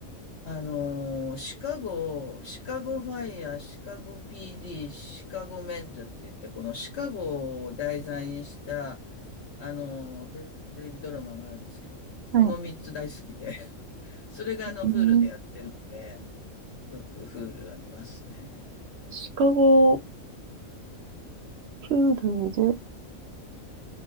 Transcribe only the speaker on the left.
あのーシカゴ、シカゴファイヤー、シカゴ PD、シカゴメッドって言って、このシカゴを題材にした、あのーテレビドラマがあるんですけど、
この3つ大好きで、<laughs> それがあの、
フ u でやってるので、よくフールは見ますね。